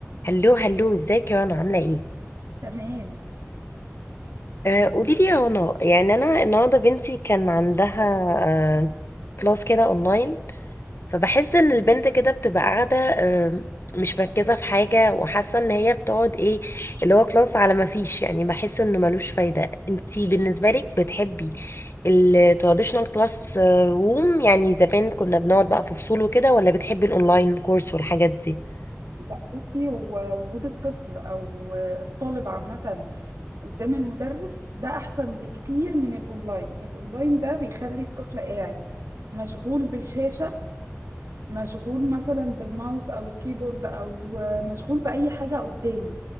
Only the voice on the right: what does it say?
تمام
لا بصي هو وجود الطفل او الطالب عامة قدام المدرس ده احسن بكتير من الاونلاين الاونلاين ده بيخلي الطفل قاعد مشغول بالشاشة مشغول مثلا بالماوس او الكيبورد او مشغول بأي حاجة قدامه